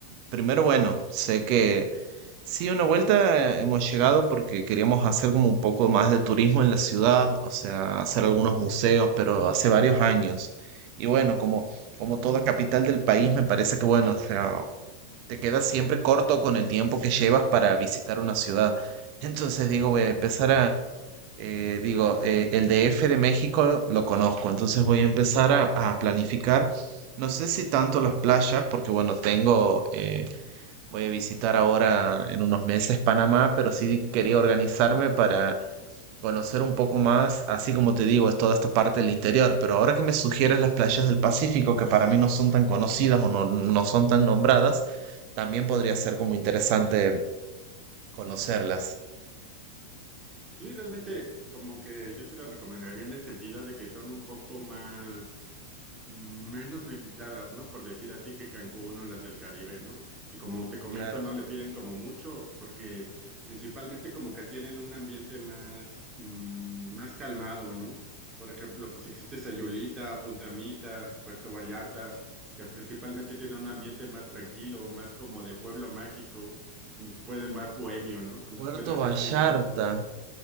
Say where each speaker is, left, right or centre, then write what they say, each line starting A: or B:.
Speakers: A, on the right; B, on the right.
A: primero bueno, sé que sí, una vuelta eh, hemos llegado porque queríamos hacer como un poco más de turismo en la ciudad, o sea, hacer algunos museos, pero hace varios años. Y bueno, como, como toda capital del país, me parece que bueno, o sea, te quedas siempre corto con el tiempo que llevas para visitar una ciudad. Entonces digo, voy a empezar a, eh, digo, eh, el DF de México lo conozco, entonces voy a empezar a, a planificar. No sé si tanto las playas, porque bueno, tengo, eh, voy a visitar ahora en unos meses Panamá, pero sí quería organizarme para conocer un poco más, así como te digo, es toda esta parte del interior, pero ahora que me sugieres las playas del Pacífico, que para mí no son tan conocidas o no, no son tan nombradas, también podría ser como interesante conocerlas.
B: Sí, realmente como que yo te las recomendaría en el sentido de que son un poco más mm, menos visitadas, ¿no? Por decir así que Cancún o las del Caribe, ¿no? Y como te comento,
A: Claro.
B: no le piden como mucho porque principalmente como que tienen un ambiente más mm, más calmado, ¿no? Por ejemplo, pues existe Sayulita, Puntamita, Puerto Vallarta, que principalmente tiene un ambiente más tranquilo, más como de pueblo mágico, donde se puede más bohemio, ¿no? Donde
A: Puerto
B: se puede hacer
A: Vallarta.
B: surf.